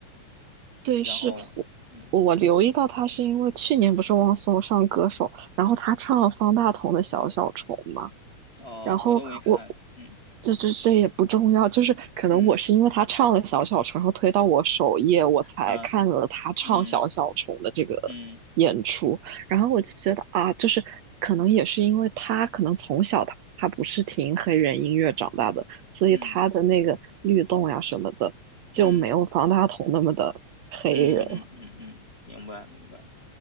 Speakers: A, on the right; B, on the left.
A: 对，
B: 然后嗯
A: 是我我留意到他是因为去年不是汪苏泷上歌手，然后他唱了方大同的《小小虫》嘛。
B: 哦、
A: 然后我
B: 我都没看，嗯
A: 这这这也不重要，就是可能我是因为他唱了小小虫，
B: 嗯
A: 然后推到我首页，我才看了他唱小小虫的这个演出，
B: 啊嗯嗯
A: 然后我就觉得啊，就是可能也是因为他可能从小他他不是听黑人音乐长大的，所以他的那个律动呀什么的就没有方大同那么的黑人，
B: 嗯嗯嗯嗯嗯嗯嗯，明白明白，